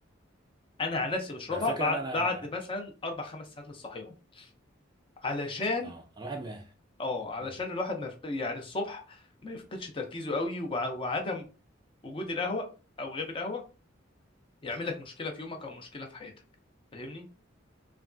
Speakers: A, on the left; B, on the right.
A: انا عن نفسي بشربها
B: ما الفكره
A: بعد
B: ان انا
A: بعد مثلا اربع خمس ساعات من الصحيان علشان
B: اه انا واحد ما
A: اه علشان
B: مم.
A: الواحد ما يفق... يعني الصبح ما يفقدش تركيزه قوي وع- وعدم وجود القهوة او غياب القهوة يعمل لك مشكله في يومك او مشكله في حياتك فاهمني